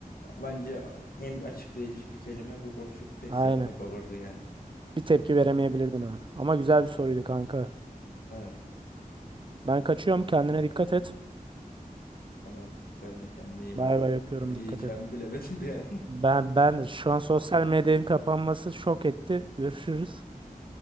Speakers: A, on the left; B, on the right.
A: Bence en açıklayıcı kelime bu boşlukta
B: Aynen.
A: hissetmek olurdu yani.
B: Bir tepki veremeyebilirdin o an. Ama güzel bir soruydu kanka.
A: Evet.
B: Ben kaçıyorum
A: evet.
B: kendine
A: Yani
B: dikkat et.
A: tamam sen de kendine iyi
B: Bay
A: bak.
B: bay yapıyorum
A: Ne
B: dikkat
A: diyeceğimi
B: et.
A: bilemedim bir an.
B: Ben ben şu an sosyal
A: <laughs> Tamam
B: medyanın
A: hadi görüşürüz.
B: kapanması şok etti. Görüşürüz.